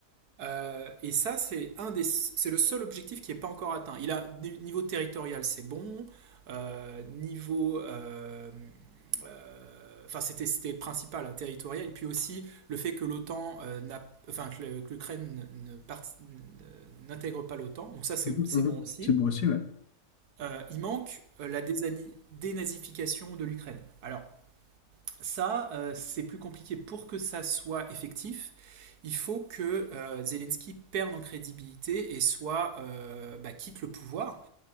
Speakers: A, on the right; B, on the left.
A: Euh, et ça, c'est un des, c'est le seul objectif qui n'est pas encore atteint. Il a niveau territorial, c'est bon. Euh, niveau, euh, euh, enfin c'était c'était le principal, hein, territorial. Et Puis aussi le fait que l'OTAN euh, n'a, enfin que le- que l'Ukraine ne part- n'intègre pas l'OTAN. Donc ça c'est
B: Mhm,
A: c'est
B: mhm.
A: bon aussi.
B: C'est beau aussi, ouais.
A: Euh, il manque euh, la désani- dénazification de l'Ukraine. Alors ça, euh, c'est plus compliqué. Pour que ça soit effectif, il faut que euh, Zelensky perde en crédibilité et soit euh, bah, quitte le pouvoir.